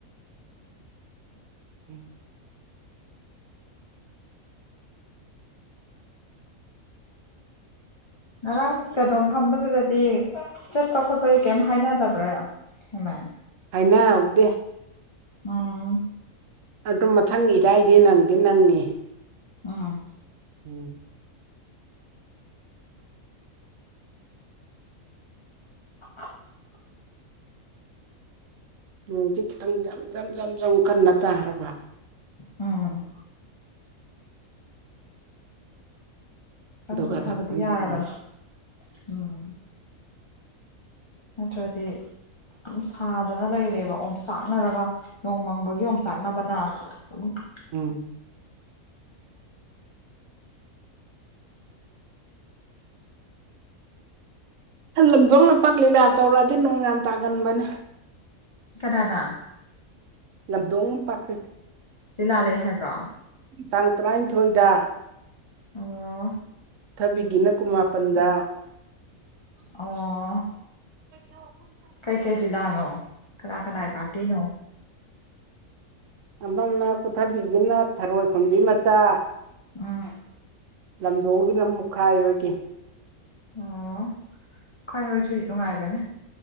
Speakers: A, on the right; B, on the left.
A: <inaudible>
B: ꯉꯔꯥꯡ ꯀꯩꯅꯣ ꯐꯝꯕꯗꯨꯗꯗꯤ ꯆꯠꯄ ꯈꯣꯠꯄꯒꯤ ꯀꯩꯝ ꯍꯥꯏꯅꯗꯕ꯭ꯔꯥꯃꯥꯏ
A: ꯍꯥꯏꯅ ꯍꯧꯗꯦ
B: ꯎꯝ
A: ꯑꯗꯨ ꯃꯊꯪ ꯏꯔꯥꯏꯗꯤ ꯅꯪꯗꯤ ꯅꯪꯉ
B: ꯑ
A: <inaudible>
B: <unintelligible>
A: ꯅꯣꯡꯗꯤ ꯈꯤꯇꯪ ꯖꯝ ꯖꯝ ꯖꯝ ꯖꯝ ꯀꯟꯅ ꯇꯥꯔꯕ
B: ꯎꯝ ꯈꯤꯇꯪ
A: ꯑꯗꯨꯒꯗ
B: ꯆꯨꯊꯕꯗꯤ
A: ꯈꯪꯕꯒꯨꯝ
B: ꯌꯥꯔꯕꯅꯤ ꯎꯝ ꯅꯠꯇ꯭ꯔꯗꯤ ꯁꯝ ꯁꯥꯗꯅ ꯂꯩꯔꯦꯕ ꯑꯣꯝ ꯆꯥꯛꯅꯔꯒ ꯅꯣꯡꯃꯪꯕꯒꯤ ꯑꯣꯝ ꯆꯥꯛ <unintelligible>
A: ꯎꯝ ꯈꯍꯟ ꯂꯝꯊꯣꯛ ꯂꯝꯄꯥꯛ ꯂꯤꯂꯥ ꯇꯧꯔꯗꯤ ꯅꯣꯡ ꯌꯥꯝ ꯇꯥꯒꯟꯕꯅꯦ
B: ꯀꯅꯥꯅꯥ
A: ꯂꯗꯣꯡ ꯄꯛꯄ
B: ꯂꯤꯂꯥ ꯂꯩ ꯍꯥꯏꯕ꯭ꯔꯥ
A: ꯇꯥꯡ ꯇꯔꯥꯏꯅꯤꯊꯣꯏꯗ
B: ꯑꯣ
A: ꯊꯕꯤꯒꯤꯅ ꯀꯨꯃꯥꯄꯟꯗ
B: ꯑꯣ
A: <unintelligible>
B: ꯀꯩ ꯀꯩ ꯂꯤꯂꯥꯅꯣ ꯀꯅꯥ ꯀꯅꯥꯏ ꯄꯥꯔꯇꯤꯅꯣ
A: ꯑꯃꯅ ꯄꯨꯊꯕꯤꯗꯨꯅ ꯊꯔꯣꯏ ꯈꯨꯟꯕꯤ ꯃꯆꯥ
B: ꯎꯝ
A: ꯂꯝꯗꯣꯡꯒꯤꯗꯨꯅ ꯃꯨꯛꯈꯥꯏ ꯍꯣꯏꯒꯤ
B: ꯑꯣ ꯈꯣꯏ ꯍꯣꯏꯁꯨ ꯅꯨꯡꯉꯥꯏꯕꯅꯦ